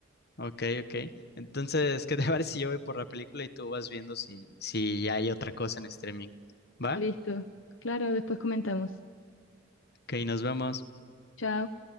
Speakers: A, on the left; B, on the left.
A: ok, ok. Entonces, ¿qué te <laughs> parece si yo voy por la película y tú vas viendo si, si hay otra cosa en streaming? ¿Va?
B: Listo. Claro, después comentamos.
A: Ok, nos vemos.
B: Chao.